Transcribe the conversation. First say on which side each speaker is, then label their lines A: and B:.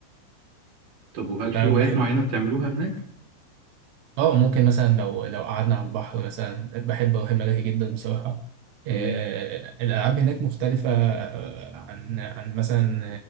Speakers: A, on the right; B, on the right.
A: طب وهل في
B: فبحب
A: هوايات معينة بتعملوها هناك؟
B: اه ممكن مثلا لو لو قعدنا على البحر مثلا بحب اروح الملاهي جدا بصراحه آه
A: مم.
B: الالعاب هناك مختلفه آه، عن عن مثلا